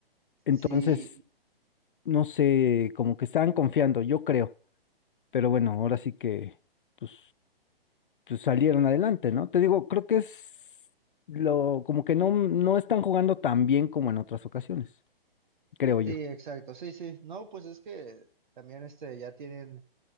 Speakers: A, on the left (about 60°); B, on the right (about 50°).
A: Entonces,
B: Sí,
A: no sé, como que estaban confiando, yo creo. Pero bueno, ahora sí que, pues, pues salieron adelante, ¿no? Te digo, creo que es lo, como que no, no están jugando tan bien como en otras ocasiones, creo yo.
B: sí, exacto, sí, sí, no, pues es que también este ya tienen